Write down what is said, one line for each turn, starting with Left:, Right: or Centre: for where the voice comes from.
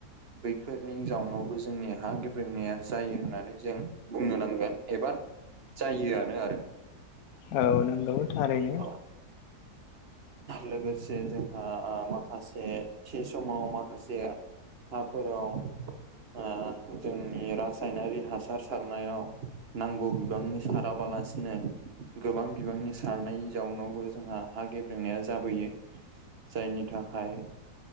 Right: बैफोरनि जाउनावबो जोंनि हा गेब्रेंनाया जायो होननानै जों बुंनो नांगोन एबा जायो आरो आरो।
Left: औ नोंगौ थारैनो।
Right: औ लोगोसे जोंहा आ माखासे थि समाव माखासे हाफोराव ओ जोंनि रासायनारि हासार सारनायाव नांगौ बिबांनि साराबालासिनो गोबां बिबांनि सारनायनि जाउनावबो जोंहा हा गेब्रेंनाया जाबोयो। जायनि थाखाय